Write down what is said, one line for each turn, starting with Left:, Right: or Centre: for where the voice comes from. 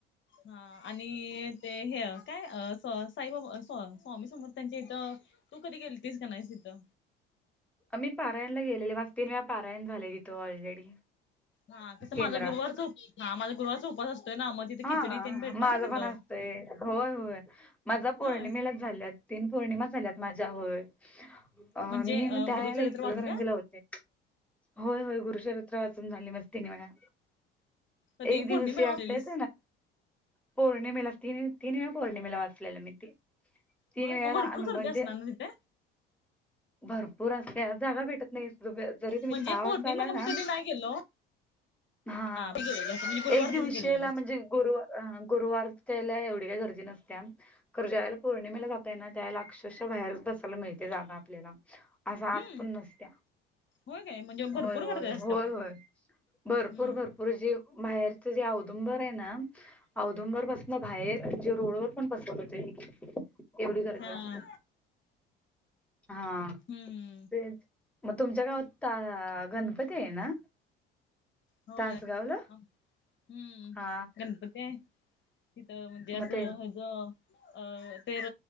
Left: हा आणि ते हे काय साईबाबा स्वामी समोर त्यांच्या इथं. तू कधी गेलतीस का नाही सिद्ध
Centre: मी पारायणला गेले माज तीन वेळा पारायण झालेली तो ऑलरेडी
Left: हा तसं
Centre: केंद्रात
Left: माझ्या गुरुवचा हा माझ्या गुरुवाचा उपासतय ना मग तिथे
Centre: हा
Left: खिचडी तेन भेटत्या
Centre: माझ
Left: ना तिथं.
Centre: पण असतंय होय होय माझा पौर्णिमेला
Left: होय
Centre: झाल्या तीन पौर्णिमा झाल्यात माझ्यावर अं
Left: म्हणजे
Centre: मी मग त्याला
Left: गुरुचरित्र
Centre: इेत
Left: वाचून
Centre: लकर
Left: काय
Centre: रंजीला होते. होय होय गुरुचरित्र वाचून झाली मस्तीने मला
Left: कधी
Centre: एक दिवस
Left: पौर्णिमेला वाचलेलीस?
Centre: असतात. पौर्णिमेला तीन तिन पौर्णिमेला वाचलेलं मी ते तीन
Left: होय
Centre: वला
Left: मग भरपूर
Centre: अन
Left: गर्दी
Centre: म्हज
Left: असणार ना तिथे?
Centre: भरपूर असल्या जागा भेटत नाही जरी तुम्ही
Left: म्हणजे
Centre: सहा वाजता
Left: पौर्णिमेला
Centre: आला ना.
Left: मी कधी नाही गेलो.
Centre: हा.
Left: मी गेलेलो म्हणजे गुरुवारचच
Centre: एक दिवशीला
Left: गेलेलो.
Centre: म्हणजे गुरुवार, अ गुरुवार त्याला एवढी काही गर्दी नसत्या. खर ज्यावेळेला पौर्णिमेला जाताय ना त्यावेळेला अक्षरशः बाहेरच बसायला मिळते जागा आपल्याला. असा आत
Left: हम्म
Centre: पण नसत्या.
Left: होय काय? म्हणजे भरपूर
Centre: होय, होय,
Left: गर्दी असत्या
Centre: होय,
Left: मग
Centre: होय. भरपूर
Left: हम्म
Centre: भर पुढं जे बाहेरच जे औदुंबर आहे ना औंदूबरपासनं बाहेर जे रोडवर पण बसत होते एवढी गर्दी
Left: हा
Centre: असत्या. हा.
Left: हम्म.
Centre: ते मग तुमच्या गावात आ गणपती आहे ना?
Left: होय,
Centre: तासगावला
Left: हम्म.
Centre: हा
Left: गणपती हाय. तिथं म्हणजे असं
Centre: मग ते
Left: हेज अ <unintelligible> तेन